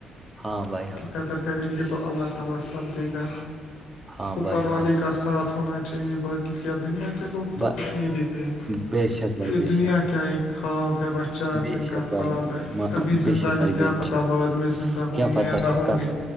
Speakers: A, on the right (about 15°); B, on the left (about 80°).
A: ہاں بھائی ہاں
B: قدر کریں گے تو اللہ تعالی سب دے گا
A: ہاں
B: اوپر
A: بھائی
B: والے
A: ہاں
B: کا ساتھ ہونا کہ باقی کیا دنیا کے لوگ تو
A: ب-
B: کچھ نہیں دیتے ہیں
A: بے شک بھائی
B: یہ
A: بے
B: دنیا
A: شک
B: کیا ہے خواب ہے بس چار
A: بھائی بے
B: دن
A: شک
B: کا
A: بھائی
B: خواب ہے
A: ما-
B: ابھی
A: بے
B: زندہ
A: شک
B: ہے
A: بھائی
B: کیا
A: بے
B: پتہ
A: شک
B: بعد میں زندہ ہوں
A: کیا
B: گے
A: پتا
B: یا نہ ہوں
A: کل
B: گے